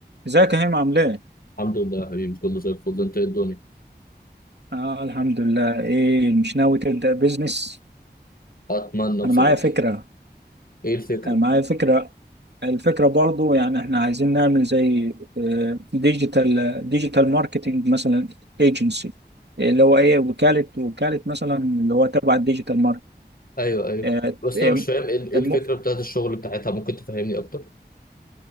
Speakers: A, on the right; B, on the left.
A: ازيك يا هيم عامل ايه؟
B: الحمد لله يا حبيبي كله زي الفل انت ايه الدنيا
A: اه الحمد لله ايه مش ناوي تبدأ بيزنس؟
B: اتمنى
A: انا
B: بصراحه
A: معايا فكرة
B: ايه الفكره
A: انا معايا فكرة الفكرة برضو يعني احنا عايزين نعمل زي ديجيتال ديجيتال ماركتنج مثلا ايجنسي اللي هو ايه وكالة وكالة مثلا اللي هو تبع الديجيتال
B: ايوه ايوه
A: ماركتنج
B: بس انا مش فاهم ايه ايه الفكره بتاعت الشغل بتاعتها ممكن تفهمني اكتر